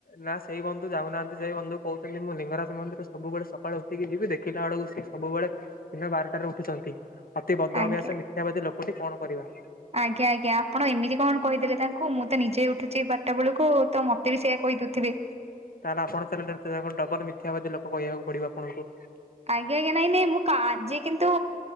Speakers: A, on the left (about 75°); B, on the right (about 45°).
A: ନା, ସେଇ ବନ୍ଧୁ ଯାଉନାହାନ୍ତି, ସେଇ ବନ୍ଧୁ କହୁଛନ୍ତି, ମୁଁ ଲିଙ୍ଗରାଜ ମନ୍ଦିର ସବୁବେଳେ ସକାଳୁ ଉଠିକି ଯିବି। ଦେଖିଲା ବେଳକୁ ସେ ସବୁବେଳେ ଦିନ ବାରଟାରେ ଉଠୁଛନ୍ତି, ଅତି ବଦ୍ଧ
B: ଆଜ୍ଞା
A: ଅଭ୍ୟାସ ମିଥ୍ୟାବାଦୀ ଲୋକଟି କଣ କରିବା?
B: ଆଜ୍ଞା, ଆଜ୍ଞା। ଆପଣ ଏମିତି କଣ କହିଦେଲେ ତାଙ୍କୁ ମୁଁ ତ ନିଜେ ଉଠୁଛି ବାରଟା ବେଳକୁ, ତ ମତେ ବି ସେଇୟା କହିଦଉଥିବେ।
A: ତାହେଲେ, ଆପଣ ତାହେଲେ <unintelligible> ଡବଲ ମିଥ୍ୟାବାଦୀ ଲୋକ କହିଆକୁ ପଡିବ ଆପଣଙ୍କୁ।
B: ଆଜ୍ଞା, ଆଜ୍ଞା ନାଇଁ ନାଇଁ, ମୁଁ କା ଆଜି କିନ୍ତୁ